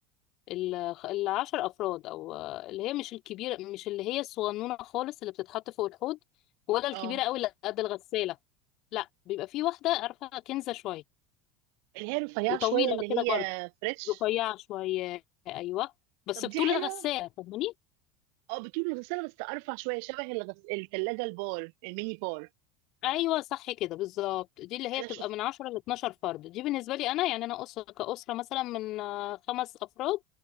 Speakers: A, on the left (about 45°); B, on the right (about 55°).
A: ال- العشر افراد او اللي هي مش الكبيره مش اللي هي الصغنونه خالص اللي بتتحط فوق الحوض ولا الكبيره
B: اه
A: قوي اللي قد الغساله لا بيبقى في واحده عارفه كنزه شويه
B: اللي هي رفيعة
A: وطويله
B: شوية اللي
A: كده برضه
B: هي فريش
A: رفيعه شويه ايوه بس
B: طب
A: بطول
B: دي حلوة
A: الغساله فاهماني
B: اه بتقول الغسالة بس ارفع شوية شبه الغس... التلاجة البار الميني بار
A: ايوه صح كده بالظبط دي اللي هي
B: انا
A: بتبقى
B: شفت
A: من 10 ل 12 فرد دي بالنسبه لي انا يعني انا اسره كاسره مثلا من آه، خمس افراد